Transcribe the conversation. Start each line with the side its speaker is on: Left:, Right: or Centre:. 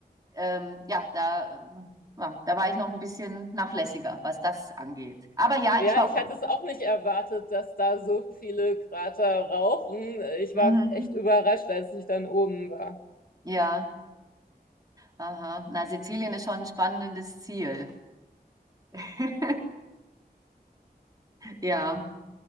Right: ähm, ja, da, äh, ja, da war ich noch ein bisschen nachlässiger, was das angeht. Aber ja,
Left: Ja,
Right: ich war.
Left: ich hatte es auch nicht erwartet, dass da so viele Krater rauchen. Ich
Right: Mhm,
Left: war echt überrascht, als ich dann oben war.
Right: ja. Aha, na, Sizilien ist schon ein spannendes Ziel. <laughs> Ja,